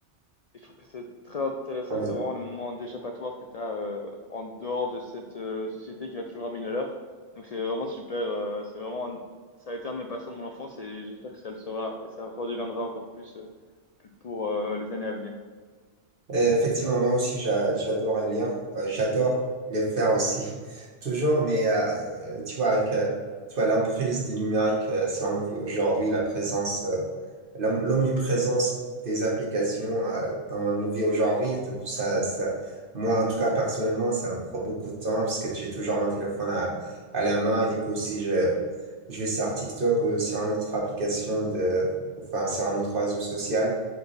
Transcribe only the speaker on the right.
Ouais.
Euh, Effectivement, moi aussi, j'a- j'adore lire. Euh, j'adore le faire aussi, <laughs> toujours, mais euh, tu vois, avec euh, tu vois, l'emprise du numérique, euh, si on nous vit aujourd'hui, la présence. euh, l'om- l'omniprésence des applications euh, dans nos vies aujourd'hui. Donc ça, ça, moi, en tout cas, personnellement, ça me prend beaucoup de temps parce que j'ai toujours mon téléphone à, à la main et du coup, si je, je vais sur TikTok ou sur une autre application de, enfin, sur un autre réseau social,